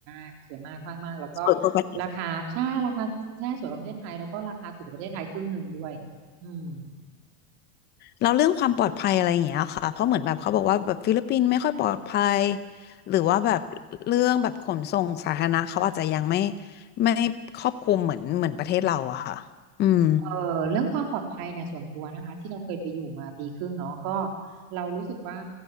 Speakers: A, on the right; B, on the left.
A: กสวยมากมากมาก แล้วก็
B: เปิดก็ไป
A: ราคาใช่ราคาใช่สวยกว่าประเทศไทย แล้วก็ราคาถูกกว่าประเทศไทยครึ่งหนึ่งด้วยอืม
B: แล้วเรื่องความปลอดภัยอะไรอย่างเงี้ยค่ะเพราะเหมือนแบบเขาบอกว่าแบบฟิลิปปินส์ไม่ค่อยปลอดภัย หรือว่าแบบเรื่องแบบขนส่งสาธารณะเขาอาจจะยังไม่ไม่ครอบคลุมเหมือนเหมือนประเทศเราอะค่ะอืม
A: เอ่อเรื่องความปลอดภัยเนี่ยส่วนตัวนะคะที่เราเคยไปอยู่มาปีครึ่งเนาะก็เรารู้สึกว่า